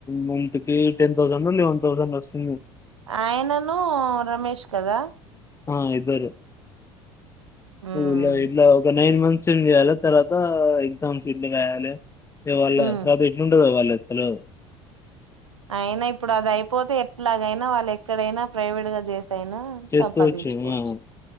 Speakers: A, on the left; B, on the right.
A: మంత్ కి టెన్ థౌసండో లెవన్ థౌసండో వస్తుంది
B: ఆయనను రమేష్ కదా
A: ఆ ఇద్దరు
B: హ్మ్
A: <unintelligible> నైన్ మంత్స్ ఏం చేయాలి తర్వాత ఎగ్జామ్స్ <unintelligible> రాయాలి ఇ హా వాళ్ళ
B: హ్మ్
A: తర్వాత ఎట్లుంటదో వాళ్ళది తెల్వదు
B: అయినా ఇప్పుడు అది అయిపోతే ఎట్లాగైనా వాళ్ళు ఎక్కడైనా ప్రైవేట్ గా చేస్ కొనైన
A: చేసుకోవచ్చు.
B: సంపాదించుకోవచ్చు
A: ఆ!